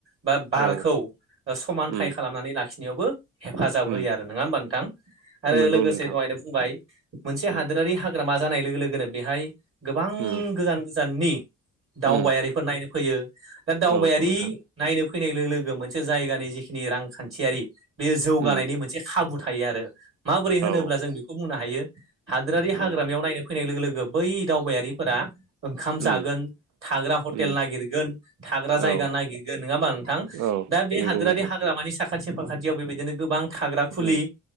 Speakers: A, on the right; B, on the right.
A: बा बारखौ
B: औ
A: ओ समानथाय
B: उम
A: खालामनानै लाखिनायावबो हेफाजाब
B: उम
A: होयो आरो नङा होमबा नोंथां आरो
B: नंगौ
A: लोगोसे
B: नोंथां
A: दहायनो बुंबाय मोनसे
B: उम
A: हादोरारि हा ग्रामा जानाय लोगो लोगोनो बेहाय गोबां
B: उम
A: गोजान गोजाननि दावबायारि
B: उम
A: <unintelligible> नायनो फैयो दा दावबायारि
B: औ नोंथां
A: नायनो फैनाय लोगो-लोगो मोनसे जायगानि जिखिनि रांखान्थियारि बे जौगानायनि
B: उम
A: मोन से खाबु थायो आरो माबोरै होनोब्ला
B: औ
A: जों बेखौ बुंनो हायो हादोरारि हाग्रामायाव
B: उम
A: नायनो फैनाय लोग-लोगो बै दावबायारिफोरा ओंखाम जागोन
B: उम
A: थाग्रा हटेल
B: उम
A: नागिरगोन थाग्रा जायगा
B: औ
A: नागिरगोन नङा होमबा नोंथां?
B: औ
A: दा बे
B: नंगौ
A: हादोरारि
B: नोंथां
A: हाग्रामानि साखाथि फाखाथियाव बेबायदिनो गोबां थाग्रा खुलि
B: उम